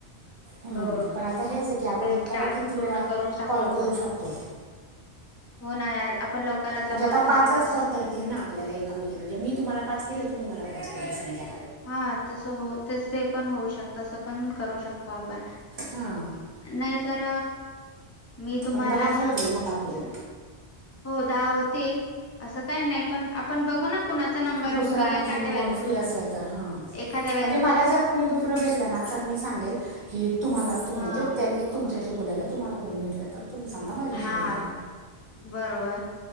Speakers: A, on the right; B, on the left.
A: हम्म
B: अ
A: पण आता हेच आहे की आपण
B: हे
A: एकाला
B: टास्क
A: किती
B: पूर्ण
A: वेळा
B: करून टाकू
A: कॉल
B: आपण
A: करू शकतो.
B: <inaudible> आपण लवकरात लवकर
A: म्हणजे आता
B: तुमची
A: पाचच
B: टास्क
A: करता येतील ना आपल्याला एककामेकी म्हणजे मी तुम्हाला पाच केले तुम्ही मला पाच. त समजा
B: हा तस हो तसे पण होऊ शकत असं पण करू शकतात. पण
A: हां
B: नाही तर मी तुम्हाला
A: पण दहाच
B: ना
A: होतील मग आपले
B: हो दहा होतील असं काही नाही पण आपण बघु ना कुणाचा नंबर
A: दुसरं
B: मी
A: आणखीन
B: एखाद्या व्यक्ती
A: कोण फ्री असेल तर हां
B: एखाद्या व्यक्ती
A: म्हणजे मला जर को दुसर भेटलं ना तर मी सांगेल क तुम्हाला म्हणजे
B: हा
A: त्यांनी तुमच्याशी बोलायला तुम्हाला कोणी भेटलं तर तुम्ही सांगा माझ्याशी
B: हा
A: बोलायला
B: बरोबर